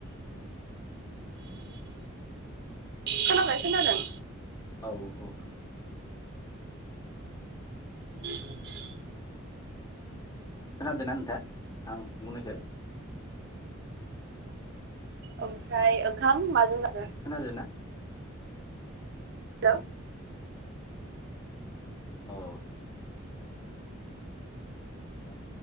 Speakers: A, on the right; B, on the left.
A: खोनाबाय खोनादों?
B: औ औ।
A: <inaudible>
B: खोनादोंना नोंथाङा आं बुंनायखो?
A: ओमफ्राय ओं खाम माजों जा
B: खोनादो ना?
A: लौ
B: अ ओ ओ दा